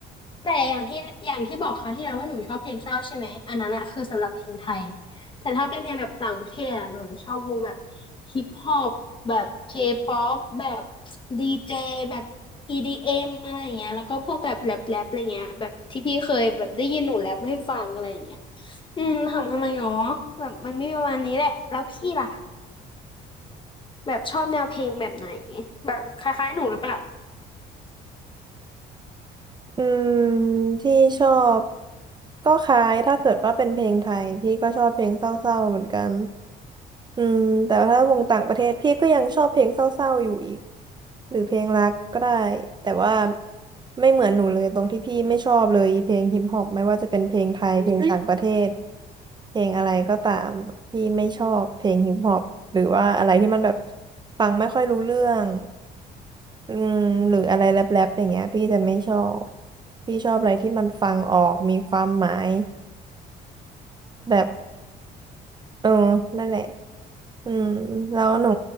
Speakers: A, on the left; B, on the right.
A: แต่อย่างที่อย่างที่บอกเขาวที่แล้วว่าหนูชอบเพลงเศร้าใช่ไหมอันนั้นอะคือสำหรับเพลงไทย แต่ถ้าเป็นเพลงแบบต่างประเทศอะหนูชอบวงแบบฮิปฮอปแบบเคป๊อปแบบดีเจแบบ EDM อมอะไรอย่างเงี้ยแล้วก็พวกแบบแรปแรปอะไรเงี้ยแบบที่พี่เคยแบบได้ยินหนูแรปให้ฟังอะไรอย่างเงี้ยอืมถามทำไมหรอแบบมันมีประมาณนี้แหละแล้วพี่ล่ะแบบชอบแนวเพลงแบบไหนแบบคล้ายๆหนูหรือเปล่า
B: อืมพี่ชอบก็คล้ายถ้าเกิดว่าเป็นเพลงไทยพี่ก็ชอบเพลงเศร้าๆเหมือนกันอืมแต่ว่าถ้าวงต่างประเทศพี่ก็ยังชอบเพลงเศร้าๆอยู่อีกหรือเพลงรักก็ได้แต่ว่าไม่เหมือนหนูเลยตรงที่พี่ไม่ชอบเลยเพลงฮิปฮอปไม่ว่าจะเป็นเพลงไทยเพลงต่างประเทศเพลงอะไรก็ตามพี่ไม่ชอบเพลงฮิปฮอปหรือว่าอะไรที่มันแบบฟังไม่ค่อยรู้เรื่อง อืมหรืออะไรแรปๆอย่างเงี้ยพี่จะไม่ชอบพี่ชอบอะไรที่มันฟังออกมีความหมายแบบเออนั่นแหละอืมแล้วหนู